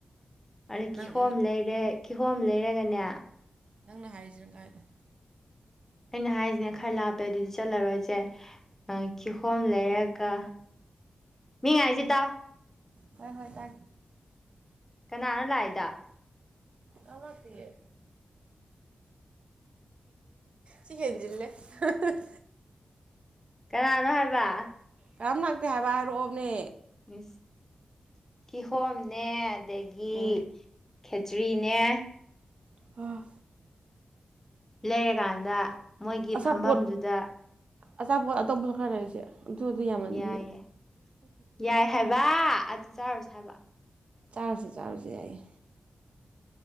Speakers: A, on the left (about 15°); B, on the right (about 55°).
A: ꯑꯗ ꯀꯤꯍꯣꯝ
B: ꯅꯪ
A: ꯂꯩꯔꯦ ꯀꯤꯍꯣꯝ ꯂꯩꯔꯒꯅꯦ
B: ꯅꯪꯅ ꯍꯥꯏꯁꯤꯅ ꯀꯥꯏꯂꯦ
A: ꯑꯩꯅ ꯍꯥꯏꯁꯤꯅ ꯈꯔ ꯂꯥꯞꯄꯦ ꯑꯗꯨꯗꯤ ꯆꯠꯂꯔꯣꯏꯁꯦ ꯑ ꯀꯤꯍꯣꯝ ꯂꯩꯔꯒ ꯃꯤꯉꯥꯏꯁꯤ ꯇꯥꯎ
B: ꯍꯣꯏ ꯍꯣꯏ ꯇ
A: ꯀꯅꯥꯅꯣ ꯂꯥꯛꯏꯗ
B: ꯑꯦ ꯁꯤ <inaudible> ꯂꯦ <unintelligible> <inaudible>
A: ꯀꯅꯥꯅꯣ ꯍꯥꯏꯕ
B: ꯀꯔꯝꯅꯇꯦ ꯍꯥꯏꯕ ꯍꯥꯏꯔꯛꯑꯣꯕꯅꯦ
A: ꯁ <unintelligible> <inaudible> ꯀꯤꯍꯣꯝꯅꯦ ꯑꯗꯒꯤ
B: ꯎꯝ
A: ꯈꯦꯇ꯭ꯔꯤꯅꯦ
B: ꯑꯣ
A: ꯂꯩꯔꯀꯥꯟꯗ ꯃꯣꯏꯒꯤ
B: ꯑꯆꯥꯄꯣꯠ
A: ꯐꯝꯐꯝꯗꯨꯗ
B: ꯑꯆꯥꯄꯣꯠ ꯑꯇꯣꯞꯄꯣ ꯈꯔ ꯂꯩꯔꯤꯁꯦ ꯑꯗꯨꯗꯤ ꯌꯥꯝꯃꯟꯗꯤ
A: ꯌꯥꯏ ꯌꯥꯏ ꯌꯥꯏ ꯍꯥꯏꯕ ꯑꯗꯨ ꯆꯥꯔꯁ ꯍꯥꯏꯕ
B: ꯆꯥꯔꯁ ꯆꯥꯔꯁꯦ ꯌꯥꯏꯌꯦ